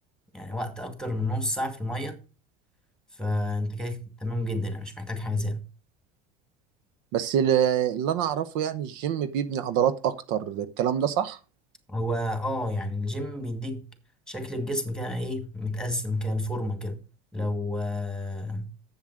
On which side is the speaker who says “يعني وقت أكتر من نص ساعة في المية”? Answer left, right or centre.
Centre